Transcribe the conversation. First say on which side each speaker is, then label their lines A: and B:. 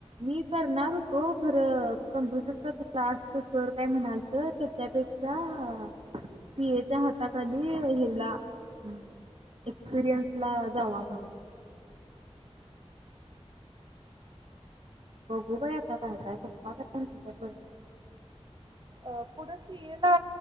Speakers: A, on the right (about 60°); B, on the right (about 45°).
A: मी करणार होतो खरं कम्प्युटरच्या क्लासचं सर काय म्हणालतं त्याच्यापेक्षा सी एच्या हाताखाली ह्याला अम्म एक्सपिरियन्सला जावा म्हणून. बघू बाई आता काय काय पप्पा काय म्हणत्यात बघू.
B: अ पुढं सी एला